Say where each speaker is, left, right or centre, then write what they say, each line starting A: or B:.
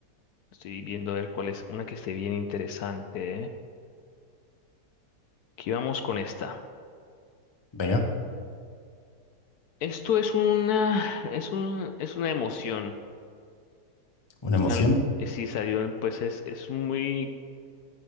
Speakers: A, on the left; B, on the left.
A: Estoy viendo a ver cuál es una que esté bien interesante, ¿eh? Aquí vamos con esta.
B: Venga,
A: Esto es una, es un, es una emoción.
B: una
A: Está,
B: emoción.
A: eh, sí salió, en- pues es, es muy,